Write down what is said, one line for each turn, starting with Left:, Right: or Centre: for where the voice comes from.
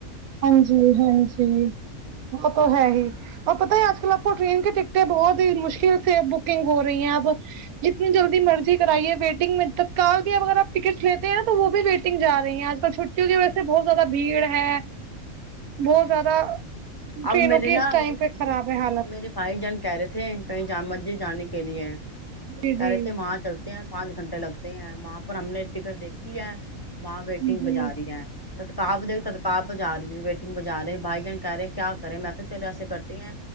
Right: ہاں جی ہاں جی وہ تو ہے ہی اور پتہ ہے آج کل آپ کو ٹرین کی ٹکٹیں بہت ہی مشکل سے بکنگ ہو رہی ہیں اپ جتنی جلدی مرضی کرائیے ویٹنگ میں تتکال بھی اگر آپ ٹکٹ لیتے ہیں نا تو وہ بھی ویٹنگ جا رہی ہیں آج کل چھٹیوں کی وجہ سے بہت زیادہ بھیڑ ہے بہت
Left: ہ
Right: زیادہ
Left: اب
Right: ٹرینوں
Left: میرے
Right: کی
Left: نا
Right: اس ٹائم پہ خراب ہے حالت
Left: میرے بھائی جان کہہ رہے تھے کہیں جامع مسجد جانے کے لیے
Right: جی جی
Left: کررے ت ماں چلتی پانچ گھنٹے لگتے ہیں وہاں پر ہم نے ٹکٹ دیکھی ہے ماں ویٹنگ
Right: جی
Left: بجا رہی ہے تتکاہب د تتکاہ بجا رہی بجا رہے ہیں بھائی جان کہہ رہے کیا کرے میں کہ چلو ایسے کرتے ہیں